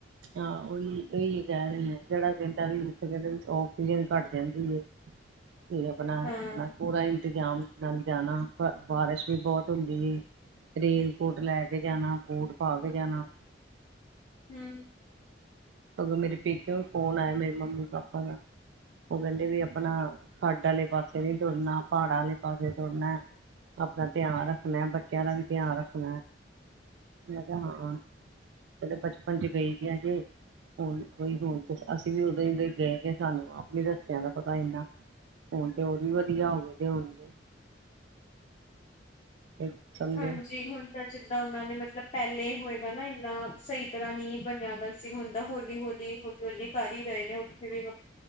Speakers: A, on the right (about 75°); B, on the left (about 40°).
A: ਹਾਂ ਉਹੀ ਉਹੀ ਕਹਿ ਰਹੇ ਆ, ਜਿਹੜਾ ਕਹਿੰਦਾ ਵੀ ਇੱਥੇ ਕਹਿੰਦੇ ਵੀ ਔਕਸੀਜਨ ਘੱਟ ਜਾਂਦੀ ਏ। ਤੇ ਆਪਨਾ
B: ਹਾਂ,
A: ਆਪਨਾ ਪੂਰਾ ਇੰਤਜ਼ਾਮ ਨਾਲ ਜਾਨਾ, ਬਾਰਿਸ਼ ਵੀ ਬਹੁਤ ਹੁੰਦੀ ਹੈ। ਰੇਨਕੋਟ ਲੈ ਕੇ ਜਾਨਾ, ਬੂਟ ਪਾ ਕੇ ਜਾਨਾ।
B: ਹਮ <inaudible>
A: ਓਦੋਂ ਮੇਰੇ ਪੇਕੇ ਤੋਂ ਫੋਨ ਆਯਾ, ਮੇਰੀ ਮੰਮੀ ਪਾਪਾ ਦਾ। ਉਹ ਕਹਿੰਦੇ ਵੀ ਆਪਣਾ, ਖੱਡ ਵਾਲੇ ਪਾਸੇ ਨੀਂ ਤੁਰਨਾ, ਪਹਾੜਾਂ ਵਾਲੇ ਪਾਸੇ ਤੁਰਨੈ। ਆਪਨਾ ਧਿਆਨ ਰੱਖਨੈ, ਬੱਚਿਆਂ ਦਾ ਵੀ ਧਿਆਨ ਰੱਖਨੈ, ਮੈ ਕਿਹਾ ਹਾਂ। ਕ ਬਚਪਨ ਚ ਗਈ ਸੀ ਅਜੇ <unintelligible> ਹਣ ਉਈ ਹਣ ਅਸੀਂ ਵੀ ਉਦੋਂ ਹੀ ਗਏ ਗ ਸਾਨੂੰ ਆਪ ਹੀ ਦੱਸਿਆਂ ਦਾ ਪਤਾ ਇਨਾ <inaudible> ਹੁਣ ਤੇ ਓ ਵੀ ਵਧੀਆ ਹੋ ਗਏ, ਤੇ ਹੋਣਗੇ। ਤੇ ਸਮਝੋ
B: ਹਾਂਜੀ, ਹੁਣ ਤਾਂ ਜਿੱਦਾਂ ਉਹਨਾਂ ਨੇ ਮਤਲਬ ਪਹਿਲੇ ਹੋਏਗਾ ਨਾ ਇੰਨਾ, ਸਹੀ ਤਰ੍ਹਾਂ ਨਈ ਬਣਿਆ ਅ ਹੁੰਦਾ ਹੋਲੀ, ਹੋਲੀ, ਹੋਲੀ, ਹੋਲੀ ਕਰ ਹੀ ਰਹੇ ਨੇ, ਉੱਥੇ ਵੀ